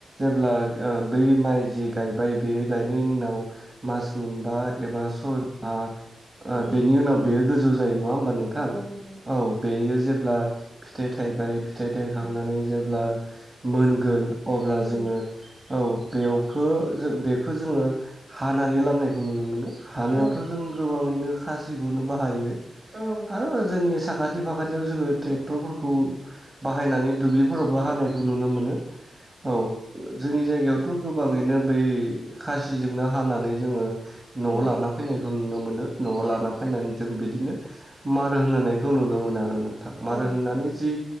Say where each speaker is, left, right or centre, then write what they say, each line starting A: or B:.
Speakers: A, on the right; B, on the right.
A: अब्ला ओ बै माइ जे गायबाय बे गायनायनि उनाव मास मोनबा एबा सय माहा
B: उम
A: ओ बेनि उनाव बेयो <unintelligible> जायो नङा होनबा नोंथां
B: औ नंगौ
A: औ बेयो जेब्ला फिथाइ थाइबाय फिथाइ थाइखांनानै
B: औ
A: जेब्ला मोनगोन अब्ला
B: उम
A: जोङो औ बेवखो जों बेखो जोङो हानानै लामनायखौ नुनो मोनो। हानायावथ'
B: औ
A: जों गोबाङैनो खासिखौनो बाहायो।
B: औ
A: आरो जोंनि साखा साखाथि फाखाथियाव जोङो ट्रेक्टरफोरखौ बाहायनानै दुब्लिफोरावबो हानायखौ नुनो मोनो। औ जोंनि जायगायावथ' गोबाङैनो बै खासिजोंनो हानानै जोङो न'आव
B: उम
A: लाना फैनाय नुनो मोनो। न'आव लाना
B: औ
A: फैनानै जों बिदिनो मार होनो होनायखौ नुनो मोनो आरो नों। नोंथां मारो
B: औ
A: होननानै
B: नंगौ
A: जि